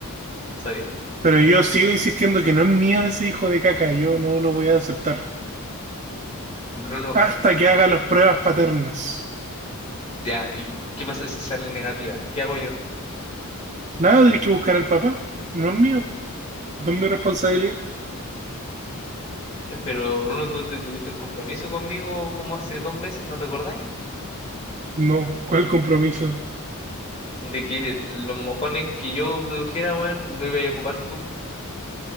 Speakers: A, on the left; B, on the right.
A: ¿sabes?
B: Pero yo sigo insistiendo que no es mío ese hijo de caca, yo no lo voy a aceptar.
A: Bruno,
B: Hasta que haga las pruebas paternas.
A: ya, ¿y qué pasa si sale negativa? ¿Qué hago yo?
B: Nada, tenés que buscar al papá. No es mío. No es mi responsabilidad.
A: Pero Bruno, tú te tuviste un compromiso conmigo como hace dos meses, ¿no te acordáis?
B: No, ¿cuál compromiso?
A: De que los mojones que yo produjera, weón, lo iba a ocupar tú.